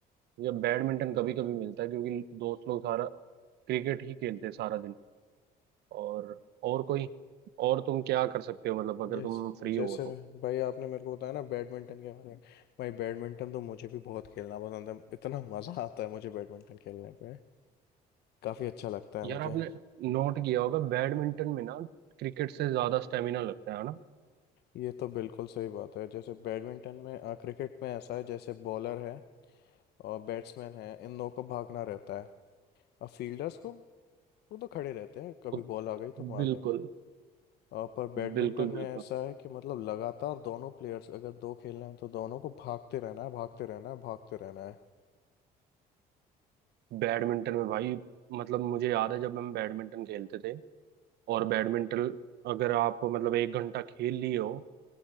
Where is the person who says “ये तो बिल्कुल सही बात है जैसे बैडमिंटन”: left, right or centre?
Left